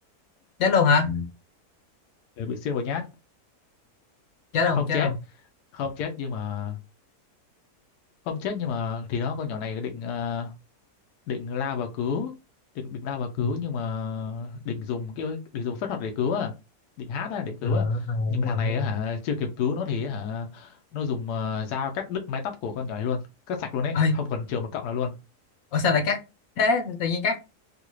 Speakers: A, on the left; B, on the left.
A: chết luôn Ừ. hả
B: Ừ, bị xiên vào nhát
A: chết luôn
B: không
A: chết
B: chết
A: luôn
B: không chết nhưng mà không chết nhưng mà thì đó con nhỏ này định ờ, định lao vào cứu định định lao vào cứu
A: Ừ,
B: nhưng mà định dùng cái định dùng phép thuật để cứu à định hát á để cứu
A: ờ
B: à
A: ờ,
B: nhưng
A: đúng
B: mà thằng
A: rồi
B: này
A: đúng rồi
B: á hả chưa kịp cứu nó thì á hả nó dùng ờ, dao cắt đứt mái tóc của con nhỏ này luôn cắt sạch luôn ấy
A: Ê,
B: không còn chừa một cọng nào luôn
A: ủa sao lại cắt thế tự nhiên cắt